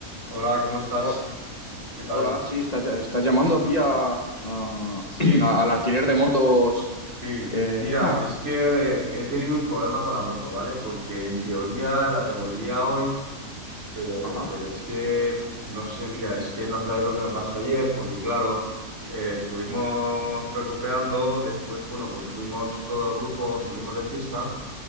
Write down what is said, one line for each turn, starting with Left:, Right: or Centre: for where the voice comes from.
Right: Hola, ¿cómo estás?
Left: Ho-
Right: ¿Qué tal?
Left: Hola, sí, estás, ll- estás llamando aquí a, a- <clears throat>
Right: Sí,
Left: a- al alquiler de motos.
Right: sí.
Left: Eh,
Right: Mira,
Left: ja,
Right: es que eh, he tenido un problema con la moto, ¿vale? Porque en teoría la devolvía hoy, pero,
Left: ajá,
Right: pero es que, pf, no sé, mira, es que no sabes lo que me pasó ayer, porque claro, eh, estuvimos precopeando, después, bueno, pues fuimos todo el grupo, salimos de fiesta,